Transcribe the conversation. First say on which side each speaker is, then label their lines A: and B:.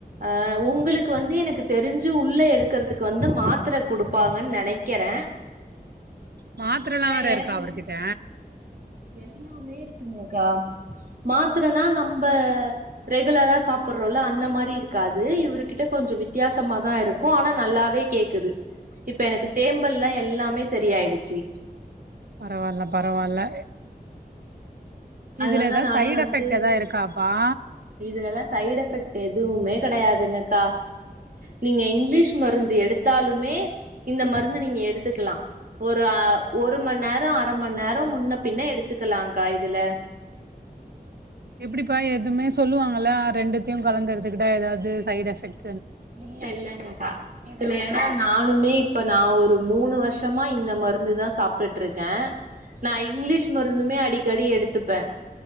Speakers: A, on the right (about 60°); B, on the right (about 85°).
A: ஆஹ் உங்களுக்கு வந்து எனக்கு தெரிஞ்சு உள்ள எடுக்கறதுக்கு வந்து மாத்திர கொடுப்பாங்க நெனைக்கிறே
B: மாத்திரல்லா
A: ஏன்னா
B: வேற
A: எனக்கு
B: இருக்கா அவர்கிட்ட
A: எல்லாமே இருக்குங்கக்கா மாத்திரனா நம்ப ரெகுலரா சாப்பிடுறோல அந்த மாரி இருக்காது இவரு கிட்ட கொஞ்சொ வித்தியாசமாதா இருக்கு ஆனா நல்லாவே கேக்குது இப்ப எனக்கு தேம்பல்லாண எல்லாமே சரியாய்டுச்சு
B: பரவால்ல பரவால்ல
A: அதனால
B: இதுல ஏதா
A: நானே
B: சைட்
A: வந்து
B: எஃபெக்ட் ஏதா இருக்காப்பா
A: இதுலல்லா சைடெ ஃபெக்ட் எதுவுமே கெடையாதுங்கக்கா நீங்க இங்கிலீஷ் மருந்து எடுத்தாலுமே இந்த மருந்து நீங்க எடுத்துக்கலா ஒரு அ ஒரு மண் நேர அர மண் நேர முன்ன பின்ன எடுத்துக்கலாங்கா இதுல
B: எப்படிப்பா எதுவுமே சொல்லுவாங்கல்ல ரெண்டுத்தையும் கலந்துடுதுக்கிட்ட ஏதாவது சைட் எஃபெக்ட்
A: இல்ல இல்லங்கக்கா இதுல ஏனா நானுமே இப்ப நா ஒ ஒரு மூணு வருஷமா இந்த மருந்து தா சாப்டுட்ருக்க நா இங்கிலீஷ் மருந்துமே அடிக்கடி எடுத்துப்ப